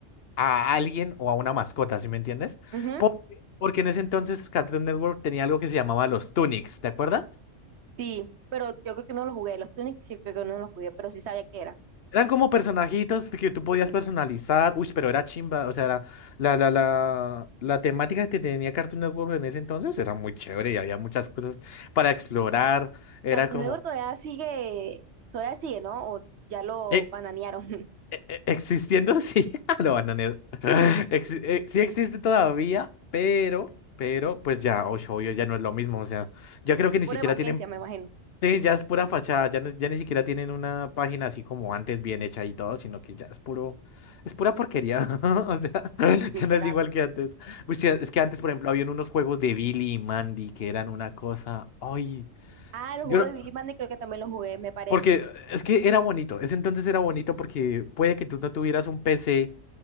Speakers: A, on the left (about 55°); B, on the right (about 60°).
A: a alguien o a una mascota, ¿sí me entiendes?
B: Ujú.
A: Porque, porque en ese entonces Cartoon Network tenía algo que se llamaba los Tunics, ¿te acuerdas?
B: Sí, pero yo creo que no lo jugué. Los Tunics yo creo que no lo jugué, pero sí sabía que era.
A: Eran como personajitos que tú podías personalizar. Uy, pero era chimba. O sea, era- la, la, la, la temática que tenía Cartoon Network en ese entonces era muy chévere y había muchas cosas para explorar. Era
B: Cartoon
A: como.
B: Network todavía sigue, todavía sigue, ¿no? O ya lo
A: eh,
B: bananearon.
A: e- e- Existiendo, sí, <laughs> lo bananearon. <laughs>
B: <laughs>
A: Exi- eh, sí existe todavía, pero, pero, pues ya, oye, obvio, ya no es lo mismo. O sea, ya creo que ni
B: Por
A: siquiera
B: Mackenzie,
A: tienen,
B: me imagino,
A: sí, ya es pura fachada, ya, no- ya ni siquiera tienen una página así como antes bien hecha y todo, sino que ya es puro, es pura porquería. <laughs> O sea, <laughs>
B: literal.
A: ya no es igual que antes. Pues sí, es que antes, por ejemplo, había unos juegos de Billy y Mandy que eran una cosa, ay.
B: Ah, el
A: Yo
B: juego
A: no-
B: de Billy Mandy creo que también lo jugué, me parece.
A: porque es que era bonito, ese entonces era bonito porque puede que tú no tuvieras un P C